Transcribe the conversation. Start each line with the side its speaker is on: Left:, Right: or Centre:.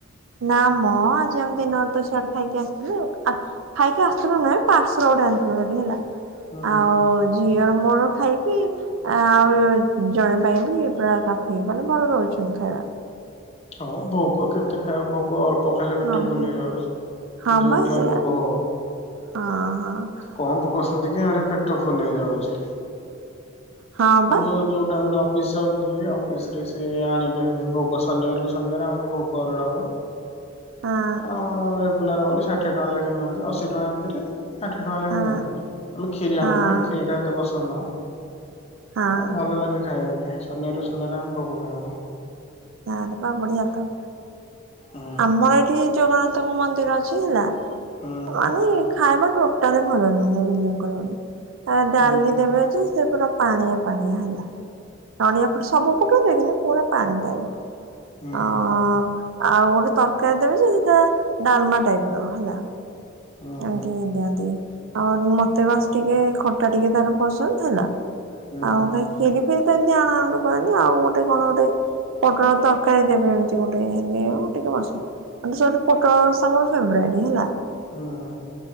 Right: ନା ମ ଆଜି ଆମେ ଦିନରେ ତ ଶିଆଡେ ଖାଇକି ଆସିଥିଲୁ ଆ ଖାଇକି ଆସିଥିଲୁ ନୁହେଁ ପାର୍ସର ଗୋଟେ ଆଣିଥିଲୁ ଭାରି ହେଲା
Left: ହୁଁ।
Right: ଆଉ ଝିଅର ମୋର ଖାଇକି ଆଉ ଜଣେ ପାଇଁ ବି ପୁରା କାଫି ମାନେ ଭଲ ଦଉଛନ୍ତି ଖାଇବା ଆ।
Left: ହଁ ଭୋଗ କେତେ ଖାଇବ ଭୋଗ ଅଳ୍ପ ଖାଇଲେ ପେଟ
Right: ହଁ
Left: ଫୁଲ୍ ହେଇ ଯାଉଛି। ସେ
Right: ହଁ
Left: ଯୋଉଠିଆ
Right: ବା ସେଇଆ
Left: ଭୋଗ ହଉ।
Right: ହଁ ହଁ
Left: କଣ ପକଉଛନ୍ତି କି ଆଣି ପେଟ ଫୁଲ ହେଇଯାଉଛି।
Right: ହଁ
Left: ଆମର
Right: ବା
Left: ଯୋଉ ଟାଇମ ର ଅଫିସ ଯାଉଥିଲି ଅଫିସ ରେ ସେ ଆଣିବେ ହେିତି ଭୋଗ ଶନିବାରକୁ ଶନିବାର ଆମର ଭୋଗ ଅରଡ ହବ
Right: ହଁ
Left: ଆଁ କୁଲାର ବୋଲି ଷାଠିଏ ଟଙ୍କା ଲେଖାଇ ନିଅନ୍ତି ଅଶୀଟଙ୍କା ଏମିତି ରେ ଷାଠିଏ ଟଙ୍କା ଲେଖେ
Right: ହଁ
Left: ନିଅନ୍ତି ଆମେ କ୍ଷୀରି
Right: ହଁ
Left: ଆଣୁନା କ୍ଷୀରି ଟା ତ ପସନ୍ଦ ନୁହଁ।
Right: ହଁ
Left: ଆଉ ଭଲ ଲାଗେ ଖାଇବା ପାଇଁ ଶନିବାର ରୁ ଶନିବାର ଆମେ ଭୋଗ ଖାଉ।
Right: ଆରେ ୱା ବଢିଆ ତ।
Left: ହୁଁ
Right: ଆମର ଏଠି ଜଗନ୍ନାଥଙ୍କ ମନ୍ଦିର ଅଛି ହେଲା
Left: ହୁଁ
Right: ମାନେ ଖାଇବା ଟୋ ତାରେ ଭଲ ନୁହେଁ ବିଲିଭ କରିବନି ଆ
Left: ହୁଁ
Right: ଡାଲି ଦେବେ ଯେ। ସେ ପୁରା ପାଣିଆ ପାଣିଆ ହେଲା ନଡିଆ ପ ସବୁ ପକେଇବେ କିନ୍ତୁ ପୁରା ପାଣି ଟାଇପ ର।
Left: ହୁଁ।
Right: ଅ ଆଉ ଗୋଟେ ତରକାରୀ ଦେବେ ଯେ ସେଟା ଡାଲମା ଟାଇପ ର ହେଲା।
Left: ହୁଁ
Right: ଏତିକି ଦିଅନ୍ତି ଆଉ ମତେ ବାସ ଟିକେ ଖଟା ଟିକେ ତାର ପସନ୍ଦ ହେଲା।
Left: ହୁଁ
Right: ଆଉ କାହିଁ ଖିରି ଫିରି ତ ଏମିତି ଆଣାଆଣି କରନ୍ତି ଆଉ ଗୋଟେ କଣ ଗୋଟେ। ପୋଟଳ ତରକାରୀ ଦେବେ ଏମତି ଗୋଟେ ଏମିତି ଆଉ ଏତିକି ବସ। ଆ ସେଠି ପୋଟଳ ରସା ମୋର ଫେବରେଟ ହେଲା।
Left: ହୁଁ ହୁଁ।